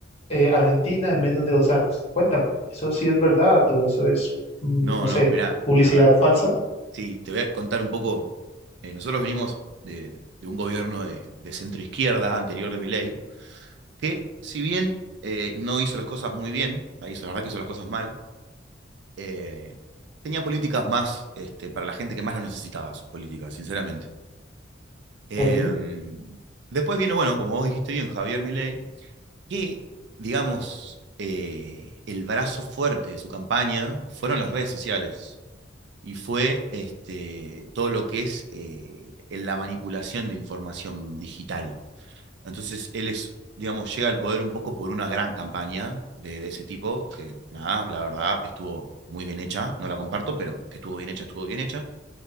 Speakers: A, on the left (about 35°); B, on the right (about 65°).
A: eh, Argentina en menos de dos años. Cuéntame, ¿eso sí es verdad o eso es, mm,
B: No,
A: no sé,
B: no, mirá,
A: publicidad
B: la verdad,
A: falsa?
B: sí, te voy a contar un poco. eh, nosotros venimos de, de un gobierno de, de centro izquierda anterior de Milei, que si bien eh, no hizo las cosas muy bien, la hizo, la verdad que hizo las cosas mal, eh, tenía políticas más este, para la gente que más lo necesitaba, sus políticas, sinceramente. Em,
A: Ok.
B: después vino, bueno, como vos dijiste bien, Javier Milei, que, digamos, eh, el brazo fuerte de su campaña fueron las redes sociales y fue este, todo lo que es eh, la manipulación de información digital. Entonces, él es, digamos, llega al poder un poco por una gran campaña de, de ese tipo, que nada, la verdad, estuvo muy bien hecha, no la comparto, pero que estuvo bien hecha, estuvo bien hecha.